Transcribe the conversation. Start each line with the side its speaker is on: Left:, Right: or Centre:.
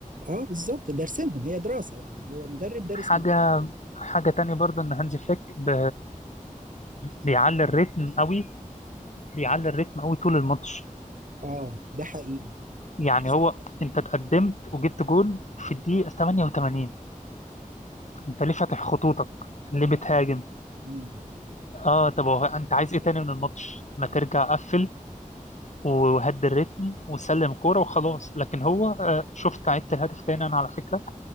Right: اه بالظبط دارسينهم هي دراسه يعني هو مدرب دارس
Left: حاجه
Right: مدرب
Left: حاجه تانية برضه ان هانزي فليك ب... بيعلي الريتم قوي بيعلي الريتم قوي طول الماتش
Right: اه ده حقيقي
Left: يعني
Right: حس-
Left: هو انت اتقدمت وجبت جول في الدقيقه 88 انت ليه فاتح خطوطك ليه
Right: بالظبط
Left: بتهاجم
Right: مم.
Left: اه طب هو انت عايز ايه تاني من الماتش ما ترجع قفل وهد الريتم وسلم كورة وخلاص لكن هو آه، شفت عدت الهدف تاني انا على فكرة